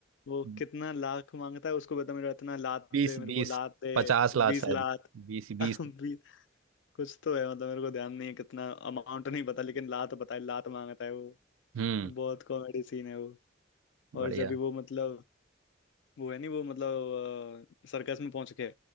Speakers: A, on the right (about 85°); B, on the left (about 65°).
A: है
B: वो कितना लाख मांगता है उसको बता मेरा इतना लात
A: बीस
B: दे मेरे
A: बीस
B: को लात दे
A: पचास लाख
B: बीस
A: शायद
B: लाख
A: बीस
B: <laughs>
A: बीस
B: भी कुछ तो है मतलब मेरे को ध्यान नहीं है कितना अमाउंट नहीं पता लेकिन लात पता है लात मांगता है वो
A: हम्म
B: बहुत कॉमेडी सीन है वो
A: बढ़िया
B: और जब भी वो मतलब वो है नहीं वो मतलब सर्कस में पहुंच के